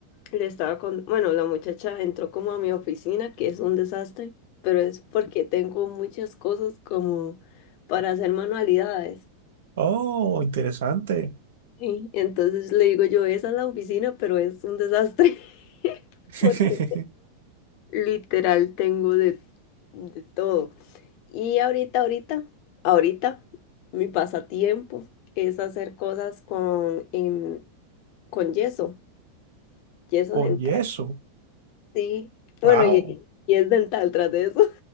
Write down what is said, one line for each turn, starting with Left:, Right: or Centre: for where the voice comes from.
Left: le estaba con, bueno, la muchacha entró como a mi oficina, que es un desastre, pero es porque tengo muchas cosas como para hacer manualidades.
Right: Oh, interesante.
Left: Sí. Entonces le digo yo, esa es la oficina, pero es un desastre <laughs>
Right: <laughs>
Left: porque literal tengo de, de todo. Y ahorita, ahorita, ahorita, mi pasatiempo es hacer cosas con, em, con yeso, yeso
Right: Con
Left: dental,
Right: yeso.
Left: sí. Bueno,
Right: Wow.
Left: y, y es dental tras de eso.